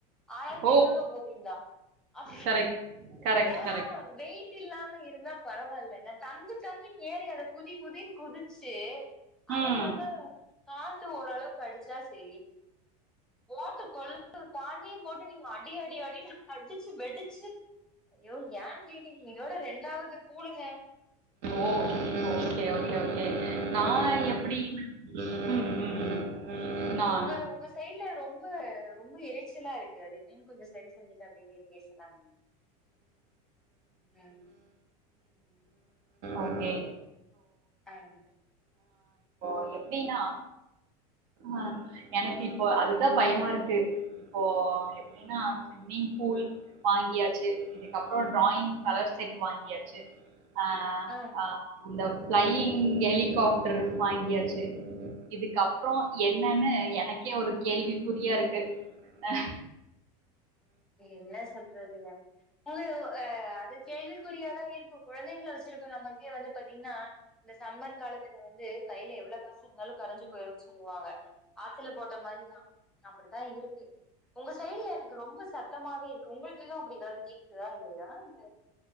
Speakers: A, in the centre; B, on the right (about 60°).
A: ஆய்ரத்தி
B: ஓ!
A: ஏழ்நூ <unintelligible> இல்லா அது
B: கரெக்ட்.
A: எ
B: கரெக்ட்,
A: ஏனா
B: கரெக்ட்.
A: வெய் டில்லாம இருந்தா பரவால்லங்க தங்கு தங்குன் ஏறி அதுல குதி குதின் குதிச்சு அதுமில்லாம
B: ம்.
A: காத்து ஓரளவு கடுச்சா சேரி ஓட்டு கொள் <unintelligible> தாண்டியு போட்டு நீங்க அடி அடி அடின் அடிச்சு வெடிச்சு ஐயோ ஏ கேக்கிறீங்க இதோட ரெண்டாவது பூளுங்க
B: ஓ ஓக்கே ஓக்கே ஓ கே நா எப்டினா ம் ம், ம்.
A: உங்கு
B: நான்
A: உங்கு உங்க சைட்ல ரொம்ப ரொம்ப இரைச்சலா இருக்கு அதி <unintelligible> கொஞ்சோ சரி செஞ்சுட்டு அப்டியே பேசலான் ம்
B: ஓகே
A: அம்
B: ப்ப எப்டினா அ எனக்கு இப்போ அதுதா பயமாருக்கு இப்போ எப்டினா ஸ்ம்மிங் ஃபூல் வாங்கியாச்சு இதுக்கப்புறோ ட்ராயிங் கலர் செட் வா ங்கியாச்சு அ
A: ஆ,
B: அ ந்த ஃபிளையிங் ஹெலிகாப்ட்ர் வா ங்கியாச்சு இதுக்கப்புறோ என்னனு எனக்கே ஒரு கேள்விகுறியாருக்கு அ
A: இன்ன சொல் றதுங்க ந்து உ அ அது கேள்விக்குறியாதா இருக்கு குழந்தைகள வெச்சிருக்க நமக்கே வந்து பாத்தீங்ன்னா இந்த சம்மர் காலத்துல வந்து கையில எவ்ளோ காசு இருந்தாலு கரைஞ்சு போயிருன் சொல்லுவாங்க ஆத்துல போட்ட மாரிதா அப்பிடித்தா இருக்கு உங்க சைட்ல எனக்கு ரொம்ப சத்தமாவே இருக்கு உங்கள்க்கு எது அப்டி காது கேக்குதா இல்லையா இல்ல